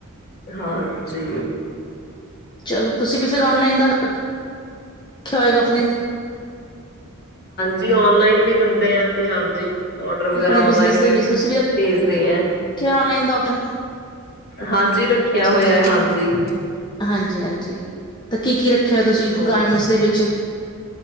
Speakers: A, on the left (about 45°); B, on the left (about 20°).
A: ਹਾਂਜੀ।
B: ਚਲੋ ਤੁਸੀਂ ਵੀ ਫਿਰ ਆਨਲਾਈਨ ਦਾ ਰੱਖਿਆ ਹੋਏਗਾ ਆਪਣੇ
A: ਆਨਲਾਈਨ ਵੀ ਦਿੰਦੇ ਆ ਅਸੀਂ ਹਾਂਜੀ। ਆਰਡਰ ਵਗੈਰ੍ਹਾ
B: ਆਪਣੇ
A: ਆਨਲਾਈਨ
B: ਬਿਜਨਸ ਦੇ
A: ਵੀ
B: ਵਿੱਚ
A: ਭੇਜ
B: ਤੁਸੀਂ
A: ਦੇ ਆ।
B: ਰੱਖਿਆ ਔਨਲਾਈਨ ਦਾ ਆਪਸ਼ਨ
A: ਹਾਂਜੀ ਰੱਖਿਆ
B: ਅੱਛਾ
A: ਹੋਇਆ
B: ਅੱਛਾ
A: ਹਾਂਜੀ।
B: ਹਾਂਜੀ ਹਾਂਜੀ ਤਾਂ ਕੀ ਕੀ ਰੱਖਿਆ ਤੁਸੀਂ
A: ਹੋਰ
B: ਗਾਰਮੈਂਟਸ ਦੇ ਵਿੱਚ?